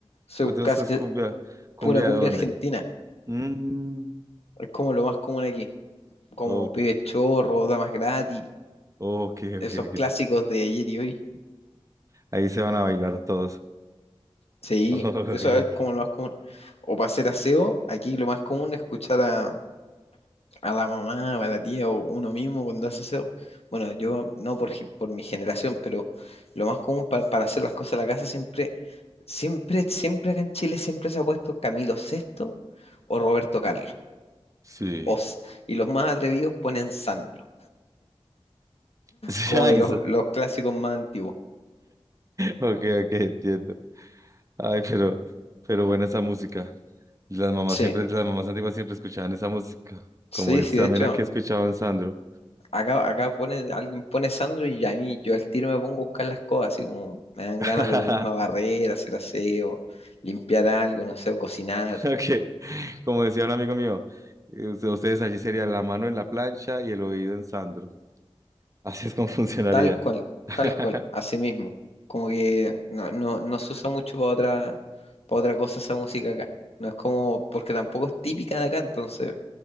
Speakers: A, on the left (about 75°); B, on the right (about 30°).
A: So,
B: Entonces,
A: casi
B: ¿es
A: que
B: cumbia, cumbia
A: pura cumbia
B: de dónde?
A: argentina.
B: Mm.
A: Es como lo más común aquí, como
B: O-
A: pibes chorros, damas gratis.
B: ok,
A: esos
B: ok, ok.
A: clásicos de ayer y hoy.
B: Ahí se van a bailar todos.
A: Sí,
B: <laughs> Ok, ok.
A: eso es como lo más común. O para hacer aseo, aquí lo más común es escuchar a, a la mamá o a la tía o uno mismo cuando hace aseo. Bueno, yo no por, ge- por mi generación, pero lo más común pa- para hacer las cosas en la casa siempre, siempre, siempre acá en Chile siempre se ha puesto Camilo Sexto o Roberto Carlos.
B: Sí.
A: Os.
B: <laughs>
A: Y los más atrevidos ponen Sandro,
B: Sí,
A: como
B: ay,
A: de los,
B: eso.
A: los clásicos más antiguos.
B: Ok, ok, entiendo. Ay, pero, pero buena esa música. Y Las mamás
A: Sí,
B: siempre, las mamás antiguas siempre escuchaban esa música. Como
A: sí,
B: es
A: sí,
B: también
A: de hecho,
B: aquí escuchaban Sandro.
A: acá, acá pone, alguien pone Sandro y a mí yo al tiro me pongo a buscar las cosas, así como me dan
B: <laughs>
A: ganas de ponerme a barrer, hacer aseo, limpiar algo, no sé, o cocinar,
B: Ok. Como decía un amigo mío, eh, usted- ustedes allí sería la mano en la plancha y el oído en Sandro. <laughs> Así es como funcionaría.
A: tal cual,
B: <laughs>
A: tal cual, así mismo. Como que no, no, no se usa mucho para otra, para otra cosa esa música acá. No es como, porque tampoco es típica de acá, entonces,